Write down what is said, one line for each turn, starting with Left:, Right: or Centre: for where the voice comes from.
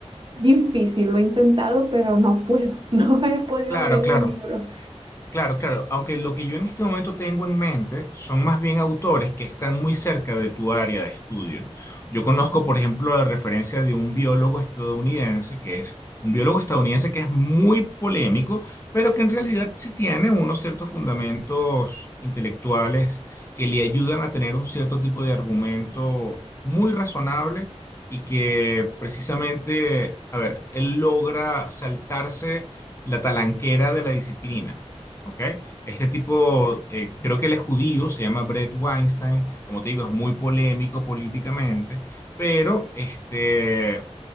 Right: difícil, lo he intentado, pero no puedo, <laughs> no he podido
Left: Claro,
Right: leer
Left: claro.
Right: un libro.
Left: Claro, claro, aunque lo que yo en este momento tengo en mente son más bien autores que están muy cerca de tu área de estudio. Yo conozco, por ejemplo, la referencia de un biólogo estadounidense que es un biólogo estadounidense que es muy polémico, pero que en realidad sí tiene unos ciertos fundamentos intelectuales que le ayudan a tener un cierto tipo de argumento muy razonable y que precisamente, a ver, él logra saltarse la talanquera de la disciplina. ¿ok? Este tipo, eh, creo que él es judío, se llama Brett Weinstein, como te digo, es muy polémico políticamente, pero este,